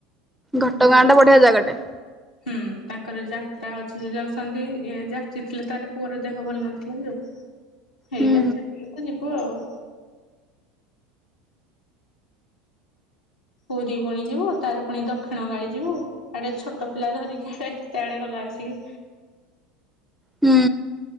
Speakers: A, in the centre; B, on the left.
A: ଘଟଗାଁ
B: ଯୋଉ
A: ଟା ବଢିଆ ଜାଗାଟେ।
B: ହୁଁ, ତାଙ୍କର ଯାତ୍ରା ହଉଛି ଯୋଉ ଯାଉଛନ୍ତି ଯାଚିଥିଲେ ତାର ପୁଅର ଦେହ ଭଲ ନଥିଲା ଯେ। ହେଇଯାଇଛି
A: ହୁଁ
B: ତ ଯିବୁ ଆଉ। ପୁରୀ ପୁଣି ଯିବୁ ତା ରେ ପୁଣି ଦକ୍ଷିଣ କାଳି ଯିବୁ। ଏଆଡେ ଛୋଟ ପିଲା ଧରିକି ଇ ଏତେ ଆଡେ ଗଲା ଆସିକି
A: ହୁଁ